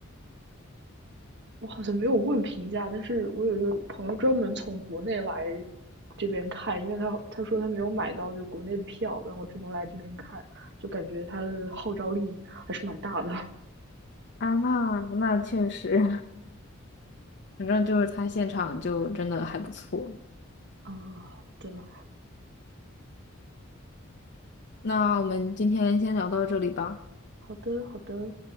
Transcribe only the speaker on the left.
啊，那确实，<laughs> 反正就是他现场就真的还不错。
那我们今天先聊到这里吧。